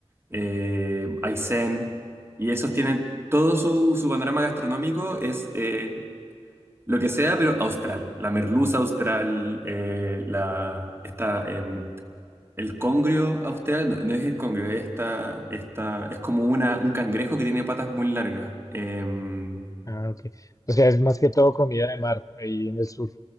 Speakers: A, on the right (about 20°); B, on the left (about 30°).
A: eh, Aysén, y esos tienen todo su, su panorama gastronómico es, eh, lo que sea, pero austral. La merluza austral, eh, la, esta, em, el congrio austral, no, no es el congrio, es esta, esta, es como una, un cangrejo que tiene patas muy largas. Em,
B: Ah, ok. O sea, es más que todo comida de mar ahí en el sur.